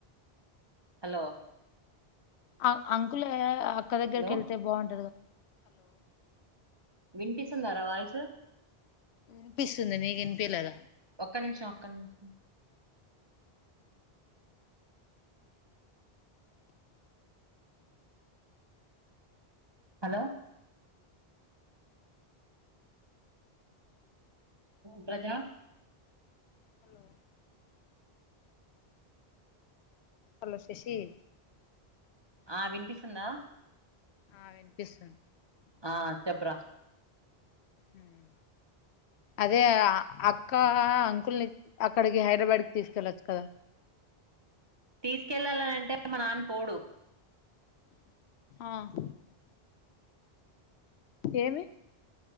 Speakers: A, on the right (about 25°); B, on the left (about 85°).
A: హలో.
B: అ అంకులే అక్క దగ్గరికి
A: హలో
B: యేళ్తే బాగుంటది కదా.
A: వినిపిస్తుందారా వాయిసు.
B: వినిపిస్తుంది నీకివినిపియట్లేదా.
A: ఒక్క నిమిషం ఒక్క నిమిషం. హలో. ప్రజా.
B: హలో. హలో శేశి.
A: ఆహ్ వినిపిస్తుందా.
B: ఆహ్ వినిపిస్తుంది.
A: ఆహ్ చెప్పురా.
B: ఉమ్. అదే అ అక్క అంకుల్ని అక్కడికి హైడ్రాబాద్ కి తీసుకెళ్ళొచ్చు కదా.
A: తీసుకెళ్ళాలనంటే మా నాన్న పోడు.
B: ఆహ్. ఏమి.